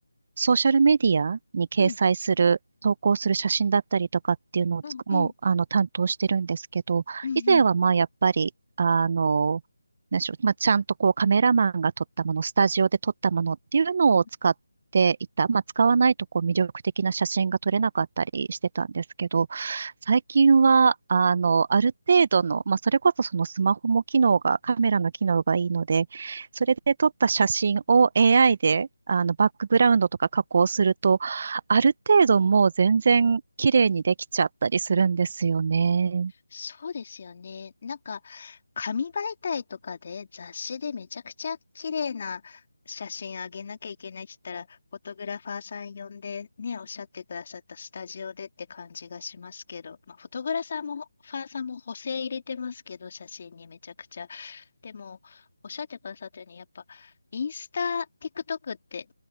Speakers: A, on the right (about 40°); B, on the left (about 45°).
A: ソーシャルメディアに掲載する、
B: うん、
A: 投稿する写真だったりとかっていうのをつくもう、
B: うん、うん、
A: あの、担当してるんですけど、
B: うん、
A: 以前はまあ、やっぱり、あの、なんでしょう、まあ、ちゃんとこうカメラマンが撮ったもの、スタジオで撮ったものっていうのを使っていた。
B: うん。
A: まあ、使わないとこう魅力的な写真が撮れなかったりしてたんですけど、最近は、あの、ある程度の、まあ、それこそそのスマホも機能が、カメラの機能がいいので、それで撮った写真を AI であのバックグラウンドとか加工すると、ある程度もう全然綺麗にできちゃったりするんですよね。
B: そうですよね。なんか、紙媒体とかで雑誌でめちゃくちゃ綺麗な写真あげなきゃいけないって言ったら、フォトグラファーさん呼んでね、おっしゃってくださったスタジオでって感じがしますけど、まあ、フォトグラファーも、ファーさんも補正入れてますけど、写真にめちゃくちゃ。でも、おっしゃってくださったように、やっぱ、インスタ、TikTok って